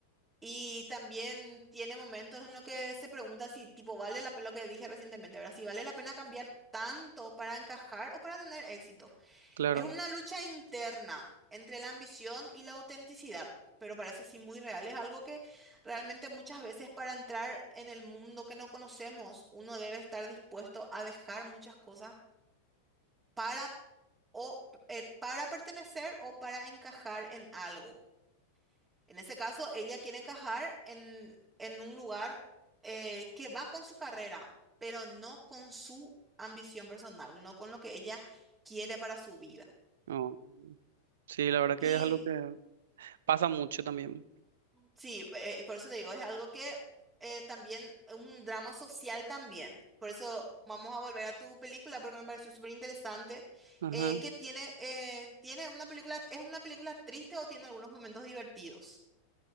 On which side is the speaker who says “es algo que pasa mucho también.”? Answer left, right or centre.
Right